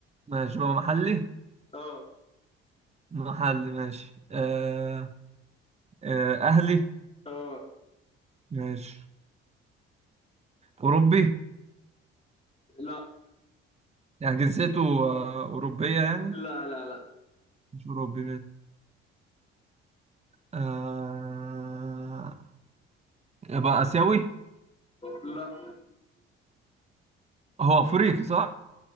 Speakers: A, on the right; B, on the left.
A: ماشي بقى محلي
B: اه
A: محلي ماشي آه آه اهلي
B: اه
A: ماشي اوروبي
B: لا
A: يعني جنسيته آه اوروبيه يعني
B: لا لا لا
A: مش اوروبي ماشي آه يبقى اسيوي
B: لا
A: هو افريقي صح